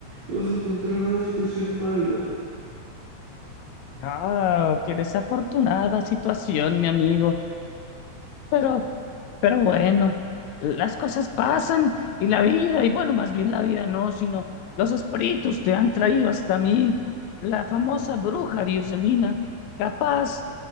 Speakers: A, on the right; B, on the left.
A: los encontré en una situación mala.
B: Ah, qué desafortunada situación, mi amigo. Pero, pero bueno, las cosas pasan y la vida, y bueno, más bien la vida no, sino los espíritus te han traído hasta mí. La famosa bruja Dioselina, capaz